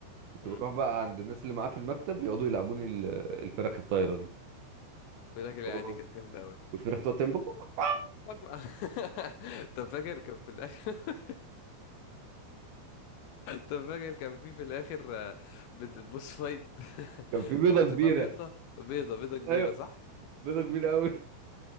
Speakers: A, on the right; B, on the left.
A: كنت
B: امم
A: بروح بقى عند الناس اللي معاه في المكتب يقعدوا يلعبوني ال- الفراخ الطايرة دي
B: بيقول لك العيادي
A: اوه
B: كانت جامده قوي
A: والفراخ تقعد تعمل بق- بق- بق.
B: <laughs> طب فاكر كان في الاخر <laughs> طب فاكر كان في في الاخر آه، بت- بوس فايت <laughs>
A: كان في بيضة
B: كانت
A: كبيرة
B: بتبقى بيضه بيضه بيضه كبيره
A: ايوه
B: صح
A: بيضة كبيرة قوي